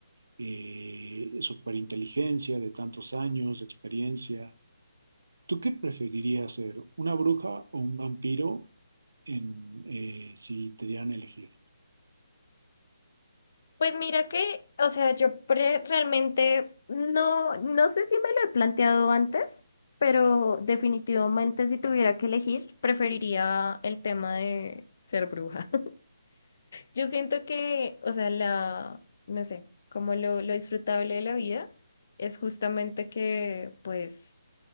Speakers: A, on the right (about 70°); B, on the left (about 45°).
A: eh, superinteligencia de tantos años, experiencia. ¿Tú qué preferirías ser, una bruja o un vampiro en, eh, si te dieran a elegir?
B: Pues mira que, o sea, yo pre- realmente no, no sé si me lo he planteado antes, pero definitivamente si tuviera que elegir, preferiría el tema de ser bruja. Yo siento que, o sea, la, no sé, como lo, lo disfrutable de la vida es justamente que, pues,